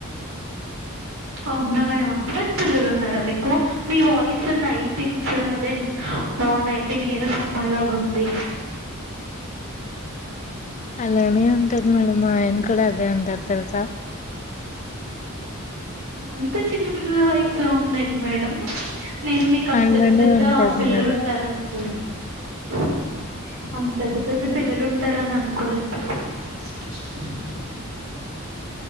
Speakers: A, on the right; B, on the left.
A: అవునా మేడం అంత పెద్ద పిల్లలు ఉన్నార మీకు మీ వాయిస్ నైన్టీన్స్ అదే నైటీన్ ఇయర్స్ అమ్మాయి లా అండీ
B: అలానే ఉంటది మేడం మా ఆయన కూడా అదే అంటారు, తెలుసా
A: అంత చిన్నపిల్లలు వయసు అట్లా ఉందండి మేడం నేను మీకు అంత
B: అలానే
A: పెద్ద
B: ఉంటది
A: పెద్ద పిల్లలు
B: మేడం
A: ఉంటార అనుకోలే <unintelligible> అంత పెద్ద పెద్ద పిల్లలు ఉంటారని అనుకోలేదు మేడం